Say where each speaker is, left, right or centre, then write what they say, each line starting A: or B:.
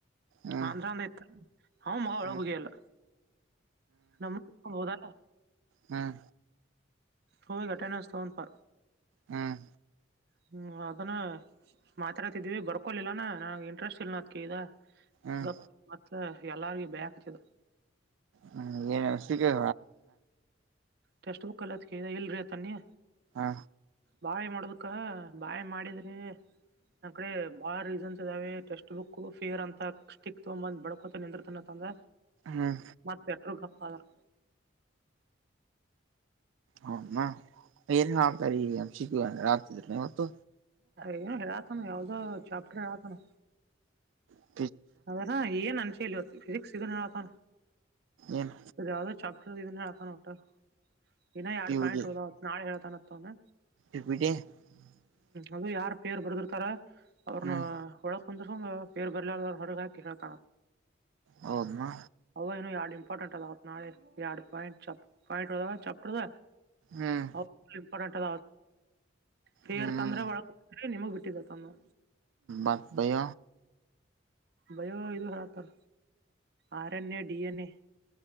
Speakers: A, on the right; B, on the right.
A: ಹ್ಮ್
B: ಆಮ್ರ
A: ಹ್ಮ್
B: <unintelligible> ಅಂದ್ರ ಇತ್ತ ಅವ ಮಗ <unintelligible> ಒಳ
A: ಹ್ಮ್
B: ಹಗಿಯಲ್ಲ ನಮ್ಮಕೊಂಡ್ ಹದ
A: ಹ್ಮ್
B: ಅವುಂದೆ ಅಟೆಂಡೆನ್ಸ್ ತೊಗೊಂಡ ಪಾ
A: ಹ್ಮ್
B: ಹ್ಮ್ ಅದನ್ನ ಮಾತಾಡ್ತಿದೀವಿ ಬರ್ಕೊಲಿಲ್ಲಾನ ನನ ಇಂಟ್ರೆಸ್ಟ್ ಇಲ್ ಅದ್ಕ ಇದ
A: ಹ್ಮ್
B: ಗಪ್ಪ ಮತ್ತ ಎಲ್ಲಾರಗ ಬರ್ಯಕಚ್ಚಿದ
A: ಹ್ಮ ಏನ ಸಿತದೆ
B: ಟೆಕ್ಸ್ಟ್ ಬುಕ್ ಎಲ್ಲಿ ಅಂತ ಕೇಳಿದ ಇಲ್ಲ ಅಂತ ಅನ್ನಿ
A: ಹಾ
B: ಬಾಯಿ ಮಾಡದಕ್ಕ ಬಾಯಿ ಮಾಡಿದ್ರಿ ನನ್ ಕಡೆ ಬಾಳ ರೀಸನ್ಸ್ ಇದಾವೆ ಟೆಕ್ಸ್ಟ ಬುಕ್ ಫೇರ್ ಅಂತ ಸ್ಟಿಕ್ ತಗೊ ಬಂದ್ ಬಡ್ಕೊತಂದನ ತಂದ
A: ಹ್ಮ್
B: ಮತ್ತ ಪೆಟರು ಗಪ್ಪ ಆದಾರ
A: ಹೌದನ ಏನ್ ಹಳಾತರ ಎಮ್ ಸಿ ಕ್ಯೂ ಹಳಾತಿದ್ರ ಇವತ್ತು
B: ಏನೋ ಹೇಳತಾನ ಯಾವ್ದೋ ಚಾಪ್ಟರ್ ಹೇಳಾತನ.
A: ಹ್ಮ
B: ಅ ಏನ್ ಅನ್ಸಿಲ ಇತ್ತು ಫಿಸಿಿಕ್ಸ್ ಸಿಗತ
A: ಏನ್
B: ಯಾವ್ದ ಚಾಪ್ಟರ್ ಇದ ಹೇಳ್ತಾನ ಒಟ್ಟ ಇನ್ನ ಎರಡು
A: ಪಿ ಯು
B: ಪಾಯಿಂಟ್
A: ಡಿ
B: ಉಳ್ದವ ನಾಳೆ ಹೇಳ್ತಾನತ್ತ ಅವನ
A: <unintelligible>
B: ಅದು ಯಾರ ಪೇರ್ ಬರ್ದಿರ್ತಾರ, ಅವ್ರನ್ನ
A: ಹ್ಮ್
B: ಒಳಕ್ ಕುಂದರ ಪೇರ್ ಬರ್ಲಲ್ ಹೊರಗಕ ಹೇಳ್ತ
A: ಹೌದನಾ
B: ಅವ ಏನು ಯಾಡ ಇಂಪಾರ್ಟೆಂಟ್ ಅದತ್ ನಾಳೆ ಎರಡು ಪಾಯಿಂಟ್ ಚಪ್ ಪಾಯಿಂಟ್ದ ಚಪ್ದ
A: ಹ್ಮ್
B: ಹೌ ಪುಲ್ಲ್ ಇಪೋರ್ಟೆಂಟ್ ಅ ಫೇರ್
A: ಹ್ಮ್
B: ತಂದ್ರ ಒಳಗ ನಿಮಗ್ ಬಿಟ್ಟಿದ ಅಂತ
A: ಮತ್ ಭಯ
B: ಬಯೋ ಇದು ಹಳಾತಾರ R N A, D N A.